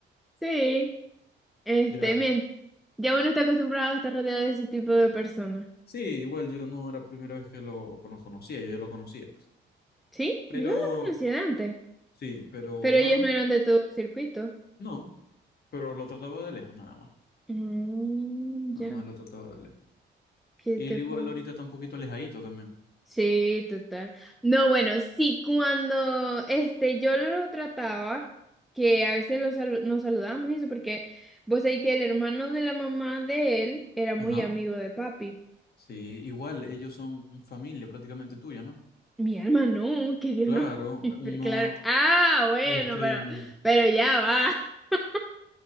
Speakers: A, in the centre; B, on the left.
A: Sí, este,
B: Ya.
A: bien. Ya uno está acostumbrado a estar rodeado de ese tipo de personas.
B: Sí, igual yo no era la primera vez que lo, lo conocía, yo ya lo conocía.
A: Sí,
B: Pero,
A: yo lo conocía antes,
B: sí, pero
A: pero
B: nada
A: ellos no
B: más,
A: eran de tu circuito.
B: no, pero lo trataba de lejos nada más,
A: Mm,
B: nada
A: ya,
B: más lo trataba de lejos.
A: ¿qué
B: Y
A: te
B: él igual
A: puedo?
B: ahorita está un poquito alejadito también.
A: Sí, total. No, bueno, sí, cuando este, yo lo trataba, que a veces lo salu- nos saludábamos y eso, porque vos sabés que el hermano de la mamá de él era muy
B: Ajá,
A: amigo de papi.
B: sí, igual ellos son familia prácticamente tuya, ¿no?
A: Mi alma no, que Dios
B: Claro,
A: no <laughs> libre,
B: uno,
A: claro. Ah, bueno,
B: este,
A: pero,
B: mm,
A: pero ya va. <laughs>